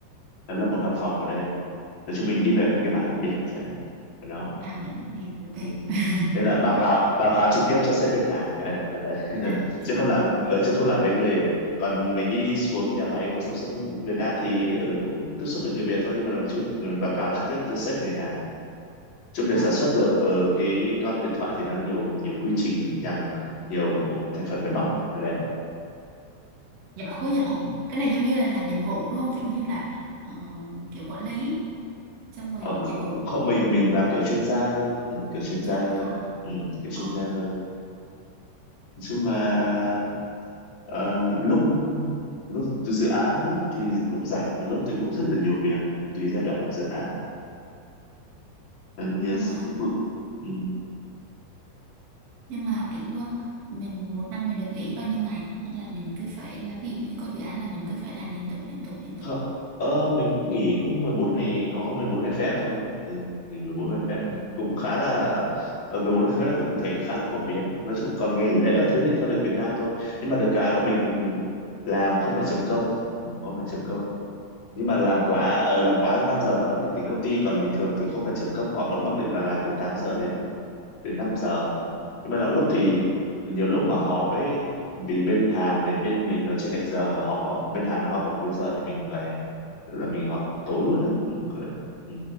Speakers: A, on the left (about 40°); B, on the right (about 40°).
A: nó lập một văn phòng ở đây nói chung mình đi về một cái mảng đặc biệt đấy ở đó
B: là mình làm việc ok
A: Ừ.
B: <laughs>
A: Nên là báo cáo báo cáo trực tiếp cho sếp Việt Hà đấy, rồi đấy. <laughs>
B: à, cái
A: chứ
B: gì?
A: không làm ở
B: Hàn.
A: chứ không làm với người còn mình đi xuống nhà máy của Samsung Việt Nam thì ừ, cũng tiếp xúc với người Việt thôi nhưng mà mình chưa mình báo cáo trực tiếp cho sếp người Hàn chung để
B: Ờ,
A: sản xuất được ở cái con điện thoại thì nó nhiều nhiều quy trình nhằng nhiều bộ- thành phần máy móc rồi đấy
B: giỏi quá giỏi
A: Ừ.
B: cái này giống như là làm dịch vụ đúng không kiểu như là ờ, kiểu quản lý xong rồi
A: Ờ, c-
B: dịch
A: c-
B: vụ
A: không mình mình làm kiểu chuyên gia hơn ừ, kiểu chuyên gia
B: chuyên
A: hơn
B: à
A: ừ, kiểu chuyên
B: ờ,
A: gia hơn Nói chung là ờ, lúc lúc dự án lúc thì cũng rảnh mà lúc thì cũng rất là nhiều việc tùy giai đoạn của dự án Ờ, nhiều
B: nhưng
A: sự-
B: mà
A: ừ.
B: nhưng mà kiểu ờ, mình một năm mình được nghỉ bao nhiêu ngày hay là mình cứ phải ờ, ví dụ như có dự án là mình cứ phải làm liên tục liên tục liên tục
A: Không, ờ, mình nghỉ cũng 14 ngày có 14 ngày phép thôi ừ, nghỉ 14 ngày phép
B: ừ.
A: cũng khá là
B: Ừ.
A: ở mười bốn ngày phép thì cũng thấy khá là phổ biến nói chung còn ngày nghỉ lễ các thứ thì theo lịch Việt Nam thôi nhưng mà được cái bọn mình cũng làm không phải chấm công Ừ, không phải chấm công nhưng mà làm
B: ờ,
A: quá ờ làm quá 5 giờ thì vẫn được tính OT còn bình thường thì không phải chấm công họ vẫn mặc định là làm từ 8 giờ đến đến năm giờ Đấy. nhưng mà làm lúc thì nhiều lúc mà họp ấy vì bên Hàn với bên mình nó chênh lệch giờ mà họp vào bên Hàn nó họp vào cuối giờ thì mình phải là mình họp tối luôn đấy ừ, kiểu đấy. Ừ.